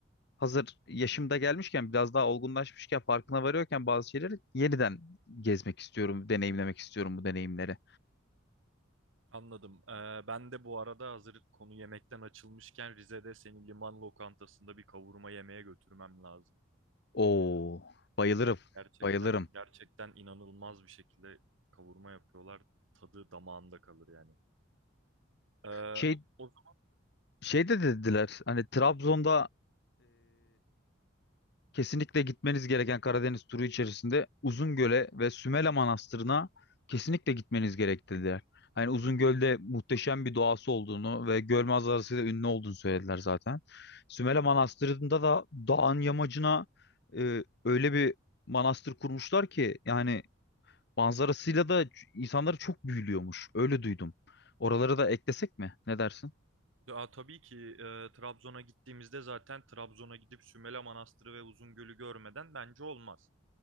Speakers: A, on the left; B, on the right.
A: hazır yaşımda gelmişken biraz daha olgunlaşmışken farkına varıyorken bazı şeyleri yeniden gezmek istiyorum, deneyimlemek istiyorum bu deneyimleri.
B: Anladım. E, ben de bu arada hazır konu yemekten açılmışken Rize'de senin liman lokantasında bir kavurma yemeye götürmem lazım.
A: Oo, bayılırım,
B: Gerçekten
A: bayılırım.
B: gerçekten inanılmaz bir şekilde kavurma yapıyorlar. Tadı damağında kalır yani. Ee,
A: Şey,
B: o,
A: şey de dediler hani Trabzon'da Kesinlikle gitmeniz gereken Karadeniz turu içerisinde Uzungöl'e ve Sümele Manastırı'na kesinlikle gitmeniz gerek dediler. Hani Uzungöl'de muhteşem bir doğası olduğunu ve göl manzarasıyla ünlü olduğunu söylediler zaten. Sümele Manastırı'nda da dağın yamacına e, öyle bir manastır kurmuşlar ki yani manzarasıyla da ç- insanları çok büyülüyormuş. Öyle duydum. Oraları da eklesek mi? Ne dersin?
B: Aa, tabii ki e, Trabzon'a gittiğimizde zaten Trabzon'a gidip Sümele Manastırı ve Uzungöl'ü görmeden bence olmaz.